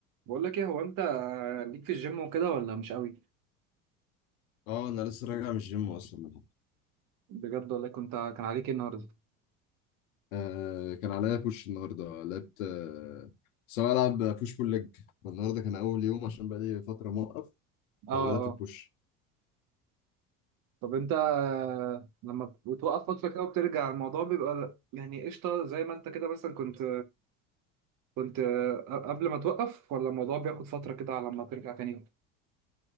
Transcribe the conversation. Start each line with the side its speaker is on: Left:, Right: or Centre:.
Right: بقول لك ايه هو انت ليك في الجيم وكده ولا مش قوي
Left: اه انا لسه راجع من الجيم اصلا
Right: بجد ولا كنت كان عليك ايه النهارده
Left: آه كان عليا بوش النهارده لعبت آه بس انا بلعب بوش بول ليج النهارده كان اول يوم عشان بقالي فتره موقف
Right: اه
Left: فبدات
Right: اه
Left: ببوش
Right: طب انت لما بتوقف فتره كده وبترجع الموضوع بيبقى يعني قشطه زي ما انت كده مثلا كنت كنت قبل ما توقف ولا الموضوع بياخد فتره كده على ما ترجع تاني